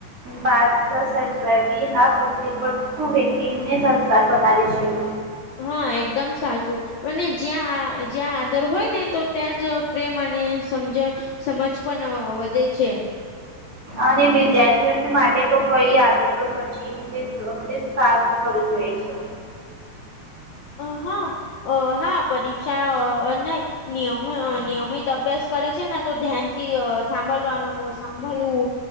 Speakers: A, on the right (about 25°); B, on the left (about 65°).
A: વાત સચવાવી હા તું વય્કતીને સંસ્કાર બનાવે છે.
B: હા એકદમ સાચું, અને જ્યાં જ્યાં આદર હોય ને તો ત્યાં જ પ્રેમ અને સમજણ, સમજ પણ વધે છે.
A: અને વિદ્યાર્થીઓ માટે તો કઈ આદતો સચી સાવથી કરવું જોઈ છે.
B: અ હા, અ હા પરીક્ષા નહી. નિયમિત અભ્યાસ કરે છે ને તો ધ્યાનથી સાંભળવાનું સાંભળવું,